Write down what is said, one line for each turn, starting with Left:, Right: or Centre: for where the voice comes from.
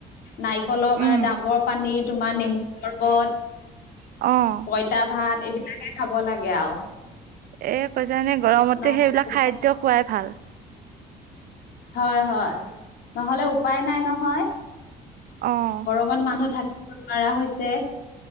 Left: নাৰিকলৰ
Right: উম
Left: ডাবৰ পানী, তোমাৰ নেমু চৰ্বত
Right: অ'।
Left: পইতা ভাত এইবিলাকে খাব লাগে আৰু।
Right: এ, কৈছ এনে গৰমতে
Left: নহলে
Right: সেইবিলাক
Left: উপায়
Right: খাদ্য খোৱাই ভাল।
Left: হয় হয়, নহ'লে উপায় নাই নহয়।
Right: অহ'।
Left: ঘৰত মানুহ থাকিব নোৱাৰা হৈছে।